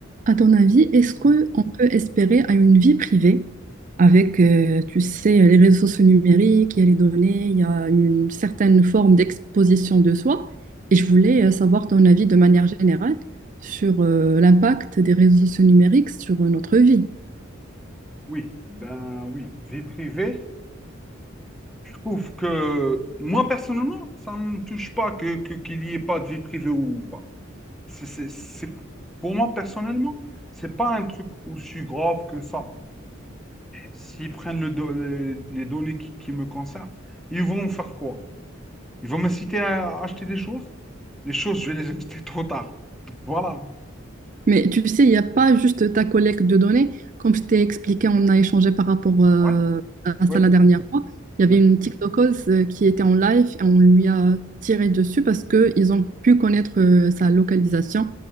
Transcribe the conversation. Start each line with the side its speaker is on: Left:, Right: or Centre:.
Right: À ton avis, est-ce
Centre: Ou-
Right: qu'on peut espérer à une vie privée avec, euh, tu sais, les réseaux sociaux numériques, il y a les données, il y a une certaine forme d'exposition de soi. Et je voulais euh, savoir ton avis de manière générale sur euh, l'impact des réseaux sociaux numériques sur euh, notre vie.
Centre: Oui, ben oui, vie privée. Je trouve que moi personnellement, ça ne me touche pas que, que- qu'il n'y ait pas de vie privée ou pas. C'est, c'est, c'est- pour moi personnellement, c'est pas un truc aussi grave que ça. S'ils prennent le do- les, les données qui, qui me concernent, ils vont faire quoi? Ils vont me citer à acheter des choses? Les choses, je vais les <laughs> acheter trop tard. Donc, voilà.
Right: Mais tu sais, il n'y a pas juste ta collecte de données. Comme je t'ai expliqué, on a échangé par rapport euh,
Centre: Ouais,
Right: à
Centre: ouais,
Right: ça la dernière fois. Il y
Centre: ouais.
Right: avait une TikTokeuse euh, qui était en live et on lui a tiré dessus parce qu'ils ont pu connaître euh, sa localisation